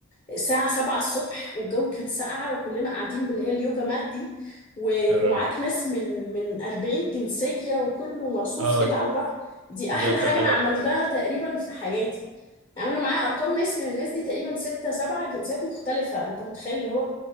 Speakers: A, on the left; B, on the right.
A: الساعة سبعة الصبح والجو كان ساقعة وكلنا قاعدين باللي هي اليوجا مات دي و-
B: اه
A: ومعاك ناس من من 40 جنسية وكله مرصوص
B: اه
A: كده على البحر دي أحلى
B: دي أكتر
A: حاجة
B: حاجة
A: أنا عملتها
B: بحبها برضه
A: تقريبا في حياتي يعني أنا معايا أرقام ناس من الناس دي تقريبا ستة سبعة جنسيات مختلفة أنت متخيل اللي هو